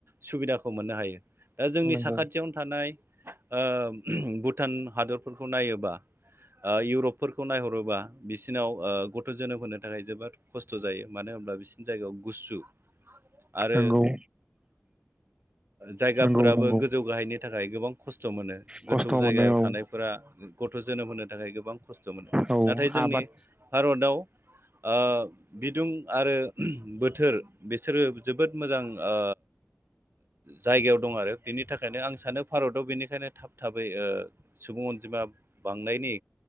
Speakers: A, on the right; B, on the right.
A: सुबिदाखौ मोननो हायो। दा जोंनि
B: नंगौ
A: साखाथियावनो थानाय ओ भु टान हादरफोरखौ नायोबा ओ इउरपफोरखौ नायहरोबा बेसे नाव गथ जोनोम होनो थाखाय जोबोद खस्थ जायो। मानो होनब्ला बिसोरनि जायगायाव गुसु आरो
B: नंगौ
A: ओ जायगाफोराबो
B: नंगौ नंगौ
A: गोजौ गाहायनि थाखाय गोबां खस्थ खस्थ मोनो
B: खस्थ'
A: गोथौ जायगायाव
B: मोनो औ
A: थानायफोरा गथ जोनोम होनो थाखाय गोबां खस्थ मोनो
B: औ
A: नाथाय जोंनि
B: आबाद
A: भारताव ओ बिदुं आरो बोथोर बिसोरो जोबोद मोजां ओ जायगायाव दं आरो बिनि थाखायनो आं सानो भारताव बेनि खायनो थाब थाबै ओ सुबुं अनजिमा बांनायनि